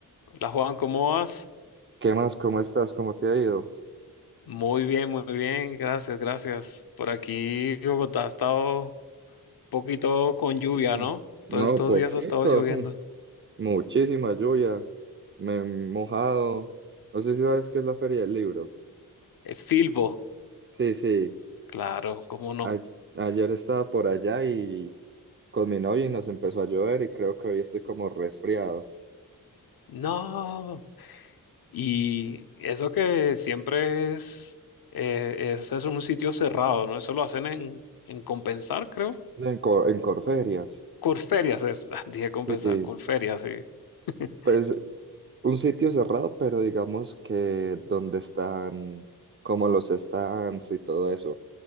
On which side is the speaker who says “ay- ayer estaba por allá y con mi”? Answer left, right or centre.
Right